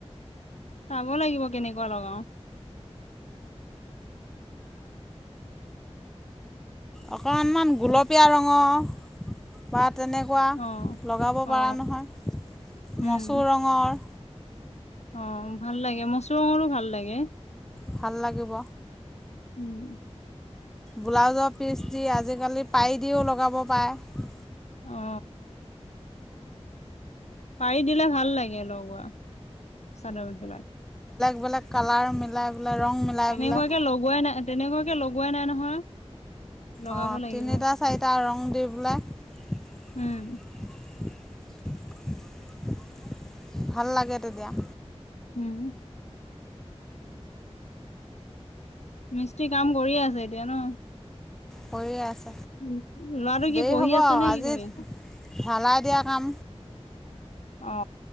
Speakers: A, on the left; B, in the centre.
A: চাব লাগিব কেনেকুৱা লগাও।
B: অকণমানমান গুলপীয়া ৰঙৰ পাত। তেনেকুৱা,
A: অ
B: লগাব পৰা
A: অ
B: নহয়।
A: উম
B: মচুৰ ৰঙৰ,
A: অ ভাল লাগে মস ৰঙৰো ভাল লাগে
B: ভাল লাগিব
A: উম।
B: ব্লাউজৰ পিচ দি আজিকালি পাৰিদিও লগাব পাৰে,
A: অ। পাৰি দিলে ভাল লাগে। লগোৱা। চাদৰ মেখেলাত,
B: এইবিলাক কালাৰ মিলাই পেলাই ৰং মিলাই
A: তেনেকুৱাকে
B: পেলাই
A: লগোৱাই নাই তেনেকুৱাকে লগোৱাই নাই নহয়! লগাব
B: অ
A: লাগিব
B: তিনিটা চাৰিটা ৰং দি পেলাই
A: উম
B: ভাল লাগে তেতিয়া
A: হ উম। মিস্ত্ৰী কাম কৰিয়ে আছে এতিয়া ন?
B: কৰিয়ে আছে।
A: উ লৰাটো
B: দেৰি
A: কি পঢ়ি
B: হ'ব
A: আছে
B: আৰু
A: নে
B: আজি
A: কি কৰি আছে?
B: ঢালাই দিয়া কাম
A: অ।